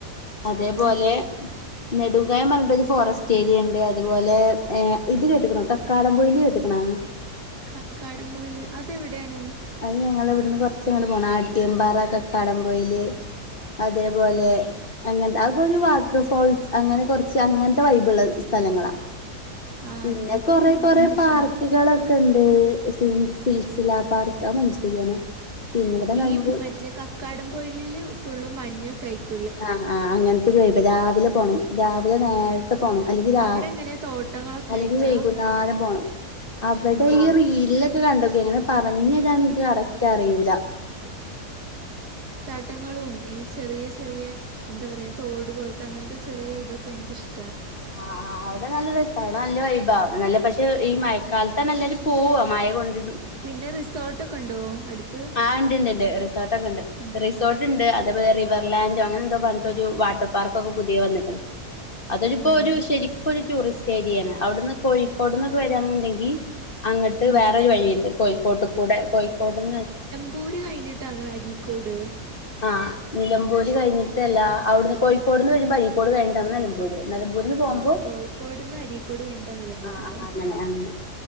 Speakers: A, on the left; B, on the right.
A: അതേപോലെ
B: ആഹ്
A: നെടുങ്കായം പറഞ്ഞിട്ട് ഒരു ഫോറസ്റ്റ് ഏരിയ ഉണ്ട് അതുപോലെ ഏ ഇത് കേട്ടക്കണോ കക്കാടംപൊയിയില് കേട്ടക്കണ ഉം
B: കക്കാടം പോയിൽ അതെവിടെയാണ്
A: അ ഞങ്ങള ഇവിടുന്ന് കൊറച്ചഞങ്ങള്ൾ പോണം അട്ടിയമ്പാറ കെക്കാടം പോയിയില് അതേപോലെ അങ്ങനത്തെ അ ഒരു വാട്ടർ ഫോൾസ് അങ്ങനെ കുറച്ച് അങ്ങനത്തെ ബൈബിൾ സ്ഥലങ്ങളാ
B: ആഹ്
A: പിന്നെ
B: അങ്ങനത്തെ
A: കൊറ കൊറ
B: എനിക്കിഷ്ടാ
A: പാർക്കുകളൊക്കെ ഉണ്ട് <unintelligible> സിൽസില പാർക്ക് ആ മഞ്ചേരിയാണ് പിന്നെ ഇവിടെ നിലമ്പൂർ
B: ഈ മറ്റേ കക്കാടംപൊലില് ഫുള് മഞ്ഞ കഴികു
A: ആ ആ അങ്ങനത്തെ ഗ്രേയ്ഡ് രാവിലെ പോണം രാവിലെ നേരത്തെ
B: ഉം
A: പോണം അല്ലെങ്കിൽ രാ
B: അവിടെ എങ്ങനെ തോട്ടങ്ങളൊക്കെ
A: അല്ലെങ്കി
B: ആയിട്ടാ
A: വൈകുന്നാരം പോണം അവിടെ
B: ആഹ്
A: ഈ
B: ആഹ്
A: റീലൊക്കെ കണ്ടോക്കെ എങ്ങനെ പറഞ്ഞതാ കറക്റ്റ് അറിയൂല
B: ഇട്ടങ്ങളും ഈ ചെറിയ ചെറിയ എന്താ പറയയാ തോട് പോലത്തെ അങ്ങനത്തെ ചെറിയ ഇതൊക്കെ എനിക്ക്ിഷ്ട്ട
A: ആ ആ അവിടെ നല്ല രസ നല്ല വൈഭ നല്ല പക്ഷെ ഈ മഴക്കാലത്ത അല്ലാരും പോവ മഴ കൊണ്ട
B: പിന്നെ റിസോർട്ട്ൊക്കെ ഉണ്ടോ അടുത്ത്
A: ആഹ് ഉണ്ട് ഉണ്ട് റിസോർട്ട് ഒക്കെ ഉണ്ട്
B: ഉം
A: റിസോർട്ട ഇണ്ട് അതേപോലെ റിവർലാൻഡോ അങ്ങനെ എന്തോ പറഞ്ഞിട്ടോ വാട്ടർ പാർക്കൊക്കെ പുതിയ വന്നിക്ണ് അതൊരിപ്പോൊ
B: ആഹ്
A: ഒരു ശരിക്കുംൊ ഒരു ടൂറിസ്റ്റ് ഏരിയാണ് അവിടുന്ന് കോഴിക്കോട്ന്നൊക്കെ വരാണുണ്ടെങ്കിൽ അങ്ങിട്ട്
B: ഉം
A: വേറരു
B: ഉം
A: വഴിയുണ്ട് കോഴിക്കോട്ട കൂടെ കോഴിക്കോട്ടന്ന്
B: പോര് കഴിഞ്ഞിട്ടാണോ അരീക്കോട്
A: ആഹ് നിലമ്പൂര് കഴിഞ്ഞിട്ടല്ല അവിടുന്ന് കോഴിക്കോട്ന്ന് വരുമ്പോ അരീകോട് കഴിഞ്ഞട്ടാണ് നിലമ്പൂര് നിലമ്പൂർന്ന് പോകുമ്പോ
B: ആഹ് കോഴിക്കോട്ന്ന് അരീക്കോട് കഴിഞ്ഞിട്ടാ നിലമ്പൂര്ല്ലേ
A: ആ ആ അങ്ങനെ അങ്ങനെ